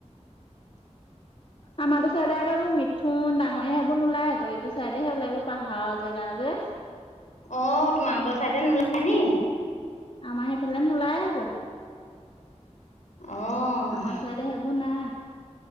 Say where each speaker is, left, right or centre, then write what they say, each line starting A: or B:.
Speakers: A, on the left; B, on the left.
A: আমাৰো চাদোৰ মিথুন দাঙ নহয় সেইবোৰ নোলাই আকৌ এইটো চাইডেহে ওলাইছে পাহাৰৰ জেগা যে
B: অ তোমালোকৰ ছাই দে নোলায় নি?
A: আমাৰ সেইফালে নোলাই সেইবোৰ
B: অ',
A: আমাৰ চাইদে সেই বোৰ নাই